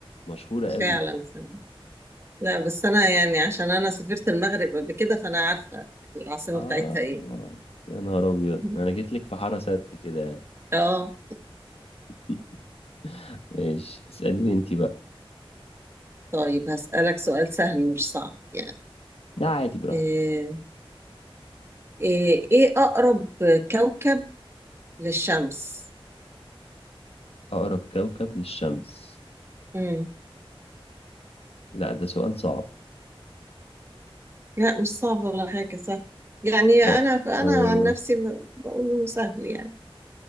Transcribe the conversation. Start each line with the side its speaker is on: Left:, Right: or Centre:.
Left: مشهورة قوي
Right: فعلا فعلا لا بس انا يعني عشان انا سافرت المغرب قبل كده فانا عارفة العاصمة
Left: اه
Right: بتاعتها ايه
Left: يا نهار ابيض
Right: <laughs>
Left: انا جيت لك في حارة سد كده يعني.
Right: اه
Left: <laughs> ماشي اسأليني انتي بقى
Right: طيب هسألك سؤال سهل مش صعب يعني
Left: لا عادي براحتك
Right: ايه ايه, إيه اقرب كوكب للشمس
Left: اقرب كوكب للشمس
Right: مم.
Left: لا ده سؤال صعب
Right: لا مش صعب ولا حاجة سهل يعني
Left: اه
Right: انا
Left: آه،
Right: انا عن نفسي ب- بقول انه سهل يعني